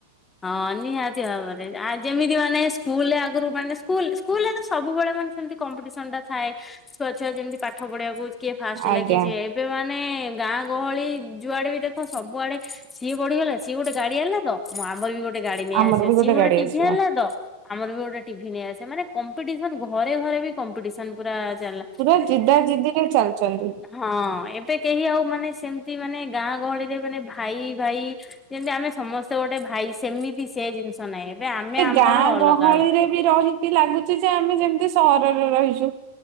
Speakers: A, on the left; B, on the right.
A: ହଁ ନିହାତି ଭାବରେ ଆ ଯେମିତି ମାନେ ସ୍କୁଲ ଆଗରୁ ମାନେ ସ୍କୁଲୁ ସ୍କୁଲୁରେ ତ ସବୁବେଳେ ମାନେ ସେମତି କମ୍ପିଟିସନ ଟା ଥାଏ ଛୁଆ ଛୁଆ ଯେମିତି ପାଠ ପଢିବାକୁ କିଏ ଫାଷ୍ଟ ହେଲା
B: ଆଜ୍ଞା
A: କିଏ? ଏବେ ମାନେ ଗାଁ ଗହଳି ଯୁଆଡେ ବି ଦେଖ ସବୁଆଡେ ସିଏ ବଢିଗଲା ସିଏ ଗୋଟେ ଗାଡି ଆଣିଲା ତ। ମୁଁ ଆମର ବି ଗୋଟେ ଗାଡି ନେଇଆସିବା
B: ଆମର ବି
A: ସିଏ ଗୋଟେ
B: ଗାଡି
A: ଟିଭି
B: ଆସିବ
A: ଆଣିଲା ତ। ଆମର ବି ଗୋଟେ ଟିଭି ନେଇଆସେ ମାନେ କମ୍ପିଟେସନ ଘରେ ଘରେ ବି କମ୍ପିଟେସନ ପୁରା ଚାଲିଲ।
B: ପୁରା ଜିଦା ଜିଦି ରେ ଚାଲୁଚନ୍ତି।
A: ହଁ ଏବେ କେହି ଆଉ ମାନେ ସେମତି ମାନେ ଗାଁ ଗହଳିରେ ମାନେ ଭାଇ ଭାଇ ଯେମତି ଆମେ ସମସ୍ତେ ଗୋଟେ ଭାଇ ସେମିତି ସେ ଜିନିଷ ନାହିଁ ଏବେ ଆମେ ଆମର
B: ଗାଁ
A: ଅଲଗା
B: ଗହଳିରେ
A: ଅଲଗା।
B: ରହିକି ଲାଗୁଚି ଯେ ଆମେ ଯେମତି ସହରରେ ରହିଚୁ।